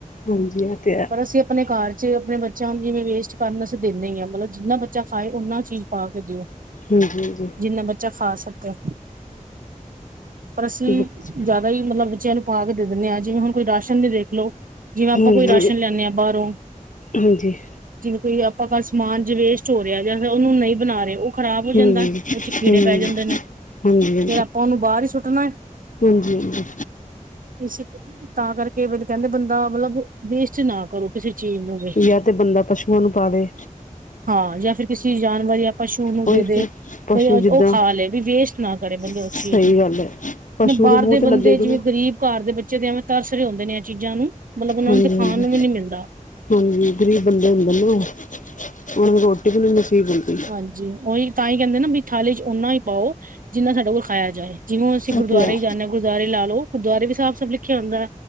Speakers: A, on the left (about 65°); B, on the right (about 80°).
A: ਹਾਂਜੀ ਐ ਤੇ ਹ।
B: ਪਰ ਅਸੀਂ ਆਪਣੇ ਘਰ ਚ ਆਪਣੇ ਬੱਚਿਆਂ ਨੂੰ ਜਿਵੇਂ ਵੇਸਟ ਕਰਨ ਅਸੀਂ ਦਿੰਦੇ ਹੀ ਹਾਂ ਮਤਲਬ ਜਿੰਨਾ ਬੱਚਾ ਖਾਏ ਉਨਾਂ ਚੀਜ਼ ਪਾ ਕੇ ਦਿਓ।
A: ਹਾਂਜੀ ਜੀ
B: ਜਿੰਨਾ ਬੱਚਾ ਖਾ ਸਕੇ ਪਰ ਅਸੀਂ
A: ਬੱਚ
B: ਜ਼ਆ। ਹੀ ਮਤਲਬ ਬੱਚਿਆਂ ਨੂੰ ਪਾ ਕੇ ਦੇ ਦਿੰਦੇ ਹਾਂ ਜਿਵੇਂ ਹੁਨ ਕੋਈ ਰਾਸ਼ਨ ਵੀ ਦੇਖ ਲਓ। ਜਿਵੇਂ ਆਪਾਂ
A: ਹਾਂਜੀ
B: ਕੋਈ ਰਾਸ਼ਨ ਲਿਆਨੇ ਆ ਬਾਹਰੋਂ।
A: ਹਾਂਜੀ
B: ਜਿਵੇਂ ਕੋਈ ਆਪਾਂ ਕੱਲ੍ਹ ਸਮਾਨ ਜ ਵੇਸਟ ਹੋ ਰਿਹਾ ਜਾਂ ਫਿਰ ਉਹਨੂੰ ਨਹੀਂ ਬਣਾ ਰਹੇ ਉਹ ਖਰਾਬ ਹੋ
A: ਹਮ
B: ਜਾਂਦਾ।
A: ਹਮ
B: ਉਹ ਚ ਕੀੜੇ ਪੈ ਜਾਂਦੇ ਨੇ
A: ਹਾਂਜੀ ਹਾਂਜੀ
B: ਫੇਰ ਆਪਾਂ ਉਹਨੂੰ ਬਾਹਰ ਹੀ ਸੁੱਟਨੈ।
A: ਹਾਂਜੀ ਹਾਂਜੀ
B: ਇਸ ਤਾਂ ਕਰਕੇ ਕਹਿੰਦੇ ਬੰਦਾ ਮਤਲਬ ਵੇਸਟ ਨਾ ਕਰੋ ਕਿਸੇ। ਚੀਜ਼ ਨੂੰ ਵੀ
A: ਯਾ ਤੇ ਬੰਦਾ ਪਸ਼ੂਆਂ ਨੂੰ ਪਾ ਵੇ।
B: ਹਾਂ ਜਾਂ ਫਿਰ ਕਿਸੇ ਜਾਨਵਰ ਜਾਂ ਪਸ਼ੂ ਨੂੰ
A: ਉਹੀ
B: ਦੇ-ਦੇ।
A: ਤੇ ਪਸ਼ੂ
B: ਬ
A: ਜਿੱਦਾਂ
B: ਉਹ ਖਾ ਲਏ ਵੀ ਵੇਸਟ ਨਾ ਕਰੇ ਬੰਦੇ
A: ਸਹੀ
B: ਉਸ ਚੀਜ਼ ਨੂੰ
A: ਗੱਲ ਹੈ ਪਸ਼ੂ
B: ਬਾਹਰ
A: ਮੂੰਹ
B: ਦੇ
A: ਤੇ
B: ਬੰਦੇ
A: ਲੱਗੇਗੀ
B: ਜਿਵੇਂ
A: ਨਾ
B: ਗ਼ਰੀਬ ਘਰ ਦੇ ਬੱਚੇ ਦੇ ਐਵੇਂ ਤਰਸ ਰ ਹੂਂਦੇ ਨੇ ਇਹ ਚੀਜ਼ਾਂ ਨੂੰ ਮਤਲਬ ਉਹਨਾਂ
A: ਹਾਂਜੀ
B: ਨੂੰ ਖਾਣ
A: ਹਾਂਜੀ
B: ਨੂੰ ਵੀ ਨੀ ਮਿਲਦਾ।
A: ਹਾਂਜੀ ਗ਼ਰੀਬ ਬੰਦੇ ਹੁੰਦੇ ਨਾ ਓਹ ਓਹਨਾਂ ਨੂੰ ਰੋਟੀ ਵੀ ਨਹੀਂ ਨਸੀਬ ਹੁੰਦੀ।
B: ਹਾਂਜੀ ਉਹੀ ਤਾਂ ਹੀ ਕਹਿੰਦੇ ਨਾ ਵੀ ਥਾਲੀ ਚ ਓਨਾ ਹੀ ਪਾਓ। ਜਿੰਨਾ ਸਾਡੇ ਕੋਲ ਖਾਇਆ ਜਾ ਜਿਵੇਂ ਹੁਸੀ
A: ਹਾਂਜੀ ਹਾਂਜੀ ਇਹ
B: ਗੁਰਦਆਰੇ
A: ਤੇ ਹੈ
B: ਜਾ ਜਾਂਦੇ ਹ ਗੁਰਦਆਰੇ ਲਾ ਲਓ ਗੁਰਦੁਆਰੇ ਵੀ ਸਾਫ ਸਭ ਲਖਿਆ ਹੂੰਦੈ